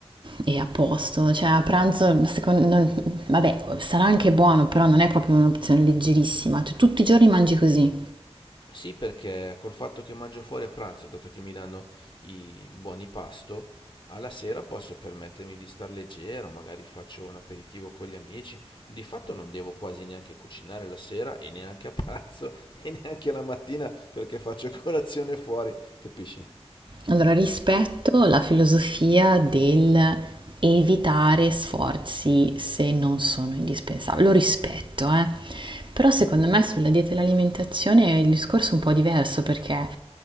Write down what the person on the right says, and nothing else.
E a posto, cioè a pranzo, secondo, non- vabbè, sarà anche buono, però non è proprio un'opzione leggerissima. Tu tutti i giorni mangi così.
Allora, rispetto la filosofia del evitare sforzi se non sono indispensabili, lo rispetto, eh. Però secondo me sulla dieta e l'alimentazione il discorso è un po' diverso perché,